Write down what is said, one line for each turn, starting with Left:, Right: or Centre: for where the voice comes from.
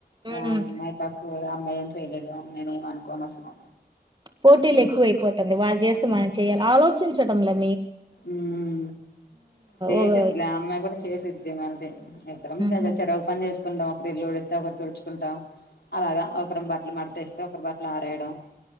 Right: హ్మ్.
Left: ఆమ్మాయ్ కాకు ఓరో అమ్మయేం చేయలేదా నేనేం అనుకోను అసలు
Right: పోటీలు ఎక్కువై పోతుంది వాళ్ళు జేస్తే మనం చేయాలి చించడం లేదు
Left: ఉమ్ చేసద్లే
Right: ఒక
Left: అమ్మాయి కూడా చేసిద్ మీ మరిదే ఇద్దరం
Right: హుహు.
Left: కదా చెరువు పని చేస్ కుం ఒకరు ఇల్లు ఊడిస్తే, ఒకరు తుడుచుకుంటాం అలాగా ఒకరి బట్టలు మడత వస్తే, ఒకరు బట్టలు ఆరేయడం